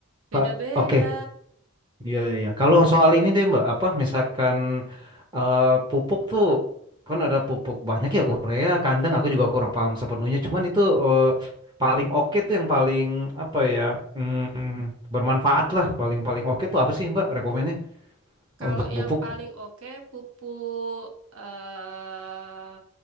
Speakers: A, on the right (about 70°); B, on the right (about 20°).
A: beda-beda.
B: Ka- oke. Iya iya. Kalau soal ini deh Mbak, apa misalkan eh, pupuk tuh kan ada pupuk banyak ya urea, kandang aku juga kurang paham sepenuhnya. Cuman itu eh, paling oke tuh yang paling apa ya mm, bermanfaat lah, paling paling oke tuh apa sih Mbak rekomennya
A: Kalau
B: untuk pupuk?
A: yang paling oke pupuk eh